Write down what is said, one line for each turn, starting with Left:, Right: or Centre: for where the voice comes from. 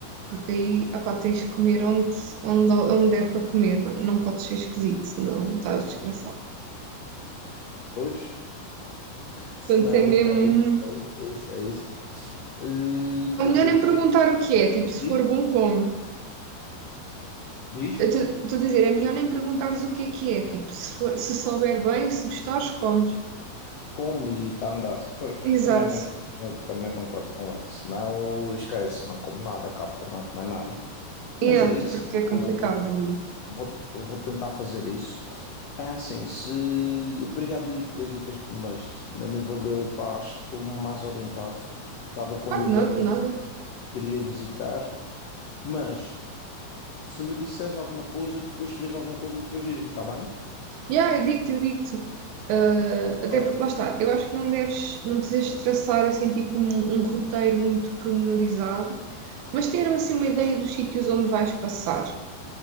Right: Porque aí, opá, tens que comer onde, onde, onde é para comer, não, não podes ser esquisito, senão estás desgraçado.
Left: pois, se
Right: Portanto,
Left: não,
Right: é mesmo.
Left: é isso, é isso, é isso, é isso. Eh,
Right: É
Left: pois,
Right: melhor
Left: eu
Right: nem
Left: percebo.
Right: perguntar o que é, tipo, se
Left: Diz?
Right: for bom, come.
Left: Diz?
Right: Estou a dizer, é melhor nem perguntares o que é que é, tipo, se for, se souber bem, se gostares, comes.
Left: Como e está a andar. Pois,
Right: Exato.
Left: também Hum. concordo com isso, também concordo com isso. Senão, esquece, não como nada, acabo por não comer nada. Mas
Right: É,
Left: é isso,
Right: porque é complicado
Left: eu vou,
Right: ali.
Left: vou, eu vou tentar fazer isso. É assim, se... Obrigado aí pelas dicas que me deste. A nível de, pá, acho que estou mais orientado. Estava com
Right: Pá,
Left: dúvida
Right: de nada,
Left: que
Right: de nada.
Left: queria visitar. Mas, se me disseres alguma coisa, depois, se vês alguma coisa, depois diz-me, está bem?
Right: Yeah, eu digo-te, eu digo-te. Ah,
Left: Ok,
Right: até porque, lá está, eu acho que não deves, não precisas traçar assim tipo um, um roteiro muito pormenorizado, mas ter assim uma ideia dos sítios onde vais passar.